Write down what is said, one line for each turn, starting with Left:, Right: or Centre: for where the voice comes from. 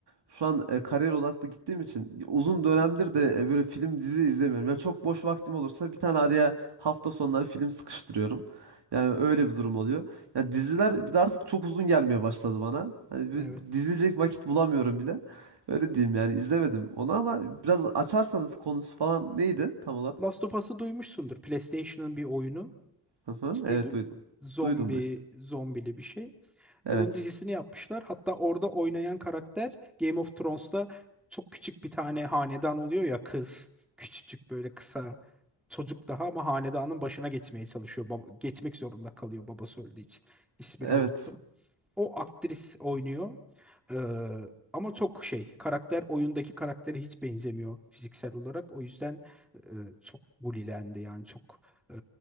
Right: şu an e, kariyer odaklı gittiğim için uzun
Centre: Hı
Right: dönemdir
Centre: hı.
Right: de e, böyle film dizi izlemiyorum. Ya çok boş vaktim olursa bir tane araya hafta sonları film sıkıştırıyorum. Yani öyle bir durum oluyor. Ya diziler bir de artık çok uzun gelmeye başladı bana. Hani bir
Centre: Evet.
Right: dizecek vakit bulamıyorum bile. Öyle diyeyim yani izlemedim onu ama biraz açarsanız konusu falan neydi tam olarak?
Centre: Last of Us'ı duymuşsundur. PlayStation'ın bir oyunu.
Right: Aha,
Centre: Hiç
Right: evet
Centre: duydum.
Right: duydum.
Centre: Zombi,
Right: Duydum duydum.
Centre: zombili bir şey.
Right: Evet.
Centre: Onun dizisini yapmışlar. Hatta orada oynayan karakter Game of Thrones'ta çok küçük bir tane hanedan oluyor ya kız. Küçücük böyle kısa çocuk daha ama hanedanın başına geçmeye çalışıyor. Baba, geçmek zorunda kalıyor babası öldüğü için. İsmini
Right: Evet.
Centre: unuttum. O aktris oynuyor. Ee, ama çok şey karakter oyundaki karaktere hiç benzemiyor fiziksel olarak. O yüzden e, çok bulilendi yani çok e,